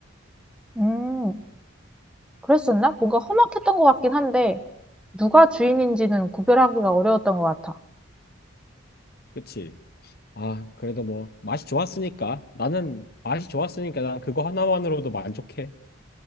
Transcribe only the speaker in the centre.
음, 그랬었나? 뭔가 험악했던 것 같긴 한데 누가 주인인지는 구별하기가 어려웠던 것 같아.